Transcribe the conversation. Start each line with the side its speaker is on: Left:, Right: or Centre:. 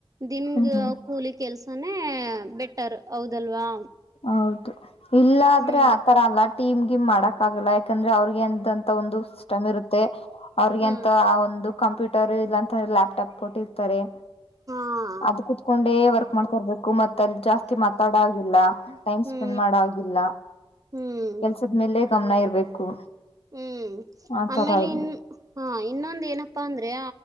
Right: ದನ್ಗೆ
Left: ಹ್ಮ್
Right: ಕೆಲ್ಸನೇ ಬೆಟರ್ ಹೌದಲ್ವಾ
Left: ಹೌ ಇಲ್ಲ ಆದ್ರೆ
Right: ಹ್ಞೂ
Left: ಆತರ ಅಲ್ಲಾ ಟೀಮ್ಗೆ ಮಾಡಕ್ ಆಗಲ್ಲ ಯಾಕಂದ್ರೆ ಅವ್ರಗೆ ಒಂದು ಸಿಸ್ಟಮ್ ಇರುತ್ತೆ ಅವಿಗೆಂತ
Right: ಹ್ಞೂ
Left: ಒಂದು ಕಂಪ್ಯೂ ೂಟರ್ ಇಲ್ಲ ಅಂತ ಲ್ಯಾಪ ್ಟಾಪ್ ಕೊಟ್ಟಿರ್ತಾರೆ
Right: ಹಾಂ
Left: ಅದ ಕುೂತ್ಕೊಂಡೆ ವರ್ಕ್ ಮಾಡ್ಕೊರ್ಬೇಕು ಮತ್ ಅಲ್ಲಿ ಜಾಸ್ತಿ ಮಾತಾಡ ಆಗಿಲ್ಲ ಟೈಮ್
Right: ಹ್ಞೂ
Left: ಸ್ಪೆಂಡ್ ಮಾಡ ಆಾಗಿಲ್ಲ
Right: ಹ್ಞೂ
Left: ಕೆಲ್ಸದ ಮೇಲೆ ಗಮನ ಇರ್ಬೇಕು
Right: ಹ್ಮ್
Left: ಆತರ
Right: ಆಮೇಲೆ
Left: ಇಲ್ಲಿ
Right: ಇನ್ ಹಾ ಇನ್ನೊಂದ ಏನಪ್ಪಾ ಅಂದ್ರೆ